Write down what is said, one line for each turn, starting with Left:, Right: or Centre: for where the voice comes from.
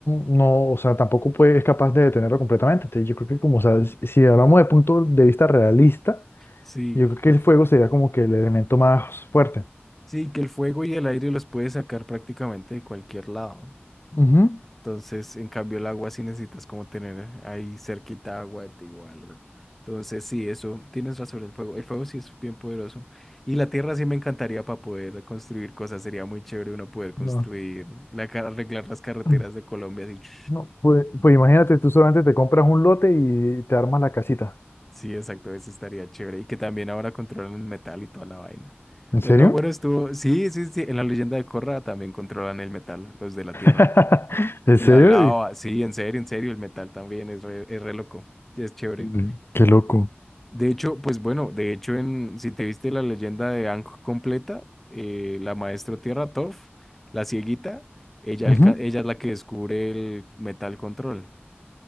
Left: no, o sea, tampoco puede, es capaz de detenerlo completamente. Entonces, yo creo que como, o sea, si si hablamos de punto de vista realista,
Centre: sí,
Left: yo creo que el fuego sería como que el elemento más fuerte.
Centre: sí, que el fuego y el aire los puede sacar prácticamente de cualquier lado.
Left: Ujú.
Centre: Entonces, en cambio, el agua sí necesitas como tener ahí cerquita agua de ti o algo. Entonces, sí, eso, tienes razón, el fuego. El fuego sí es bien poderoso. Y la tierra sí me encantaría para poder construir cosas. Sería muy chévere uno poder construir,
Left: No,
Centre: la, ca- arreglar las carreteras
Left: <clears throat>
Centre: de Colombia así. <tsk>
Left: no, pues, pues imagínate, tú solamente te compras un lote y te armas la casita.
Centre: Sí, exacto, eso estaría chévere. Y que también ahora controlan el metal y toda la vaina.
Left: ¿En
Centre: Pero
Left: serio?
Centre: no, bueno, estuvo. Sí, sí, sí. En la leyenda de Korra también controlan el metal, los de la
Left: <laughs>
Centre: tierra.
Left: ¿En
Centre: Y
Left: serio?
Centre: la lava, sí, en serio, en serio, el metal también es re, es re loco, es chévere.
Left: Ve, Qué loco.
Centre: De hecho, pues bueno, de hecho, en, si te viste la leyenda de Aang completa, eh, la maestro Tierra Toph, la cieguita, ella,
Left: Ujú.
Centre: alca- ella es la que descubre el metal control.